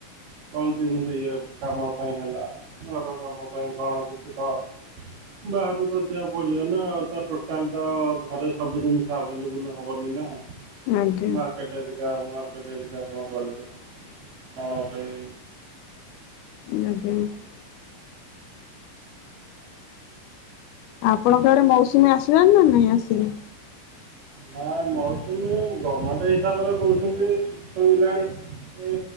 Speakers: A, on the right (about 80°); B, on the left (about 80°).
A: କଣ୍ଟିନ୍ୟୁୟୁ ଇଏ କାମ ପାଇଁ ହେଲା ଘର କାମ ପାଇଁ କଣ କିଛି ତ ବାହାରୁ ତ ଯିବାକୁ ପଡିବ ନା ଆଉ ତ ଟୋଟାଲ ତ ଘରେ ସବୁ ଜିନିଷ ଆଭେଲେବୁଲ ହେବନି ନା।
B: ଆଜ୍ଞା
A: ମାର୍କେଟ ହେରିକା ମାର୍କେଟିକା କଣ କଲେ କଣ ପାଇଁ।
B: <inaudible> ଆପଣଙ୍କ ଆଡେ ମୌସୁମୀ ଆସିଲାନି ନା ନାଇଁ ଆସିନି।
A: ହଁ ମୋୖସୁମୀ ତୁମି ଗମେଣ୍ଟ ହିସାବରେ କହୁଛନ୍ତି। ଛୁଇଁଲାଣି ଏ